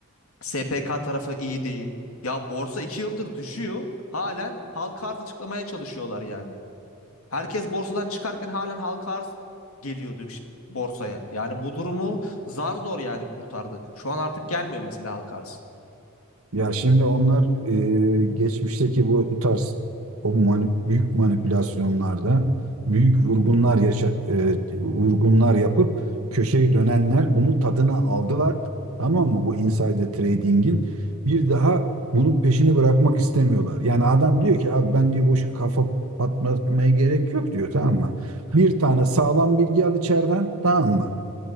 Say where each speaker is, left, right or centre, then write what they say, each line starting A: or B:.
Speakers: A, on the left; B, on the right.
A: SPK tarafı iyi değil. Ya borsa 2 yıldır düşüyor. Halen halka arz açıklamaya çalışıyorlar yani. Herkes borsadan çıkarken halen halka arz geliyordu ş- borsaya. Yani bu durumu zar zor yani kurtardık. Şu an artık gelmiyor mesela halka arz.
B: Ya şimdi onlar e, geçmişteki bu, bu tarz o mani- büyük manipülasyonlarda büyük vurgunlar yaşa, e, vurgunlar yapıp köşeyi dönenler bunun tadına aldılar. Tamam mı? Bu insider trading'in bir daha bunun peşini bırakmak istemiyorlar. Yani adam diyor ki abi ben diyor boş kafa patlatmaya gerek yok diyor tamam mı? Bir tane sağlam bilgi al içeriden tamam mı?